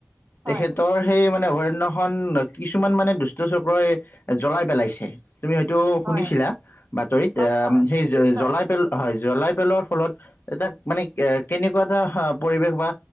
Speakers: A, on the right; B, on the left.
A: হয়,
B: তেখেতৰ সেই মানে অভ হ্য খন কিছুমান মানে দুষ্ট চক্ৰই জ্বলাই পেলাইছে। তুমি হয়তো
A: হয়,
B: শুনিছিলা। বাতৰিত
A: হয়, হয়,
B: সেই জল
A: নিশ্চয়।
B: জ্বলাই পেলোৱা হয় জ্বলাই পেলোৱাৰ ফলত মানে কেনেকুৱা এটা হয়, পৰিৱেশ বা